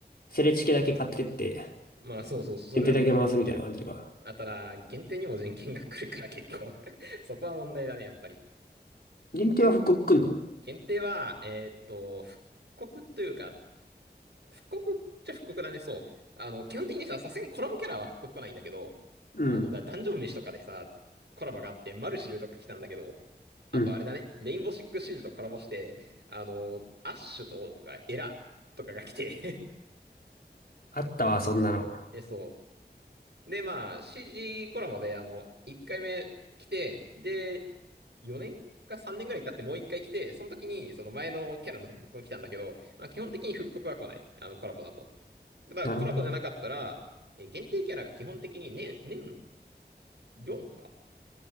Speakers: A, on the left; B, on the right.
A: セレチケだけ買ってって、
B: まあ、そうそう、それでも全然いける。
A: 限定だけ回すみたいな感じか。
B: あ、ただ、限定にも人権が来るから結構 <laughs> そこは問題だね、やっぱり。
A: 限定は復刻くんの
B: 限定は、えーっと、復刻というか、復刻っちゃ復刻だね、そう。あの、基本的にさ、さすがにコラボキャラは復刻来ないんだけど、
A: うん。
B: あの、だ、ダンジョン飯とかでさ、コラボがあって、マルシルとか来たんだけど、あとあれだね、
A: うん。
B: レインボーシックスシージとコラボして、あの、アッシュとか、エラとかが来て
A: あったわ、そんなの。
B: <laughs> で、そう。で、まあ、CG コラボで、あの、1回目来て、で、4年か3年ぐらい経ってもう1回来て、その時に、その前のキャラの復刻も来たんだけど、まあ、基本的に復刻は来ない。あの、コラボだと。だからコラボじゃなかったら、
A: なるほどね。
B: えー限定キャラが基本的に年、年4か